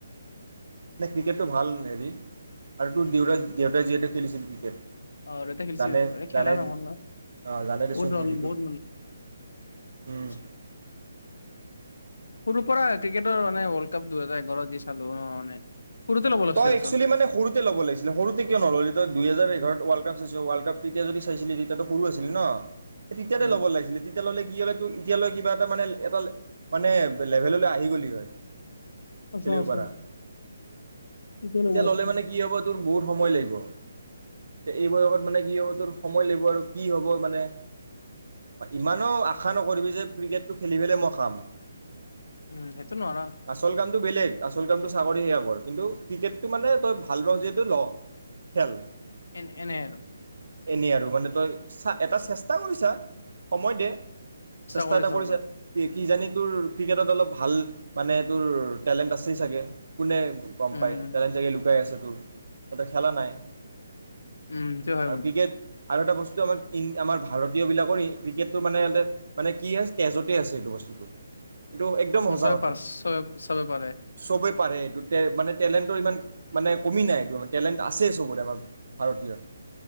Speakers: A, on the right (about 60°); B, on the left (about 70°).
A: ক্ৰিকেটটো ভাল হেৰি আৰু তোৰ দেউতা দেউতাই যিহেতু খেলিছিল ক্ৰিকেট
B: অ' দেউতাই খেলিছিল
A: জানে
B: এ খেলা
A: জানে
B: নহ'ল নহয়
A: অ', জানে
B: বহুত
A: দেচোন হেৰিটো
B: বহুত
A: উম,
B: <unintelligible> সৰুৰ পৰা ক্ৰিকেটৰ মানে ৱৰ্ল্ড কাপ দুহেজাৰ এঘাৰত যি চালো আৰু মানে সৰুতে ল'ব লাগিছিল
A: তই একচোয়েলী
B: আচলতে
A: মানে সৰুতে লব লাগিছিলে সৰুতে কিয় নললি তই দুহেজাৰ এঘাৰত ৱৰ্ল্ড কাপ ৱৰ্ল্ড কাপ তেতিয়া যদি চাইছিল তেতিয়াটো সৰু আছিলি ন তেতিয়াতে
B: উম।
A: ল'ব লাগিছিলে তেতিয়া ল'লে কি এতিয়ালৈ কিবা এটা মানে এটা মানে লেভেললৈ আহি গ'লি হয়
B: <unintelligible>
A: খেলিব পাৰা এতিয়া
B: লাগিছিল।
A: ল'লে মানে কি হ'ব তোৰ বহুত সময় লাগিব এতিয়া এই বয়সত মানে কি হ'ব তোৰ সময় লাগিব আৰু কি হ'ব মানে ইমানো আশা নকৰিবি যে, ক্ৰিকেটটো খেলি পেলাই মই খাম।
B: উম, সেইটো নোৱাৰা
A: আচল কামটো বেলেগ আচল কামতটো চাকৰিহে অকল কিন্তু ক্ৰিকেটটো মানে তই ভাল পাৱ যিহেতু ল খেল
B: এন এনেই আৰু
A: এনেই আৰু মানে তই চা এটা চেষ্টা কৰিছা সময় দে। চেষ্টা
B: কৰি
A: এটা
B: চাব
A: কৰিছা
B: পাৰি।
A: কি কিজানি তোৰ ক্ৰিকেটত অলপ ভাল মানে তোৰ টেলেণ্ট আছেই চাগে। কোনে
B: উম
A: গম পায়। লুকাই আছে তোৰ, তাতে খেলা নাই।
B: উম, <unintelligible>
A: আৰু ক্ৰিকেট আৰু এটা বস্তু আমাৰ, আমাৰ ভাৰতীয়বিলাকৰ ক্ৰিকেটটো মানে ইতে মানে কি আছে তেজতেই আছে এইটো বস্তুটো। এইটো একদম
B: উম,
A: সঁচা
B: চবে
A: কথা
B: পাৰে চব, চবে পাৰে।
A: চবেই পাৰে এইটো তে মানে টেলেন্ট ইমান মানে কমি নাই টেলেণ্ট আছে চবৰে আমাৰ ভাৰতীয়ৰ।